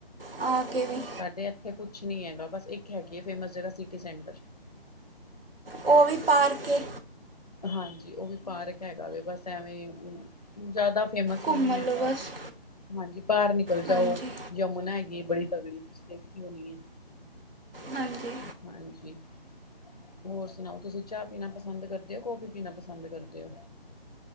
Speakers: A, on the right (about 65°); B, on the left (about 40°).
A: ਆ ਕੇ ਵੀ।
B: ਤੇ ਐਥੇ ਕੁਛ ਨੀ ਹੈਗਾ, ਬਸ ਇੱਕ ਹੈਗੀ ਆ ਫੇਮਸ ਜਗ੍ਹਾ ਸਿਟੀ ਸੈਂਟਰ।
A: ਉਹ ਵੀ ਪਾਰਕ ਏ।
B: ਹਾਂਜੀ, ਉਹ ਵੀ ਪਾਰਕ ਹੈਗਾ ਵੇ, ਬਸ ਐਵੇਂ। ਜ਼ਾਦਾ ਫੇਮਸ ਵੀ
A: ਘੁੰਮ
B: ਨੀ ਹੈਗਾ।
A: ਲਓ ਬਸ
B: ਹਾਂਜੀ, ਬਾਹਰ ਨਿਕਲ
A: ਹਾਂਜੀ
B: ਜਾਓ। ਯਮੁਨਾ ਹੈਗੀ ਬੜੀ ਤਗੜੀ, ਤੁਸੀਂ ਦੇਖੀ ਹੋਣੀ।
A: ਹਾਂਜੀ।
B: ਹਾਂਜੀ। ਹੋਰ ਸੁਣਾਓ, ਤੁਸੀਂ ਚਾਹ ਪੀਣਾ ਪਸੰਦ ਕਰਦੇ, ਕੌਫੀ ਪੀਣਾ ਪਸੰਦ ਕਰਦੇ ਓ।